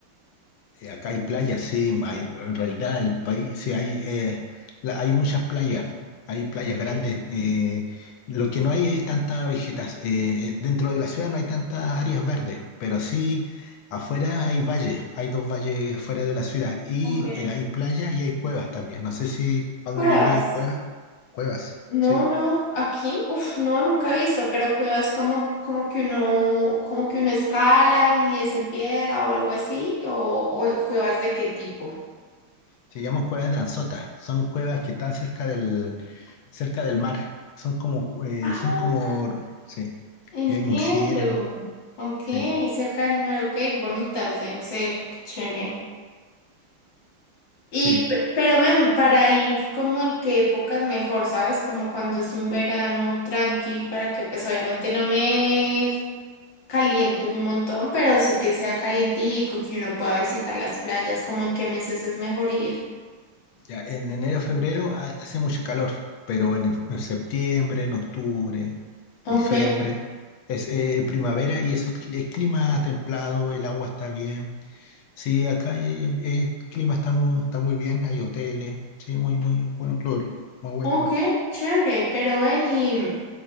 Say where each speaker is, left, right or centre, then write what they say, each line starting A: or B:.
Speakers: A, on the left; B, on the left.
A: eh, acá hay playas, sí, hay- en realidad el país, sí, hay, eh, la- hay muchas playas, hay playas
B: Ok.
A: grandes. eh, lo que no hay es tanta vegetación, dentro de la ciudad no hay tantas áreas verdes, pero sí afuera hay valles, hay dos valles fuera de la ciudad y
B: ok.
A: eh, hay playas y hay cuevas también. No sé si donde
B: Cuevas.
A: viví hay cuevas, cuevas,
B: No,
A: sí.
B: no, aquí, Uf, no, nunca he visto, pero cuevas como, como que uno, como que uno escala y es en piedra o algo así, o, o cuevas de qué tipo.
A: Se llaman cuevas de Anzota, son cuevas que están cerca del, cerca del mar. Son como, eh,
B: Ah,
A: son como, sí.
B: entiendo.
A: Y hay murciélagos,
B: Ok,
A: sí,
B: cerca del mar, ok, bonitas deben ser, qué chévere. Y,
A: sí.
B: pe- pero ven, para ir como en qué épocas mejor, ¿sabes? Como cuando es un verano tranqui, para que pues obviamente no me caliente un montón, pero sí que sea calientico y que uno pueda visitar las playas, como en qué meses es mejor ir.
A: Ya, en enero, febrero ha- hace mucho calor, pero en, en septiembre, en octubre,
B: Ok.
A: diciembre, es eh, primavera y eso, es cli- es clima templado, el agua está bien. Sí, acá hay- el, el clima está muy, está muy bien, hay hoteles, sí, muy, muy bueno, lo- muy buen
B: Ok,
A: lugar.
B: chévere, pero ven y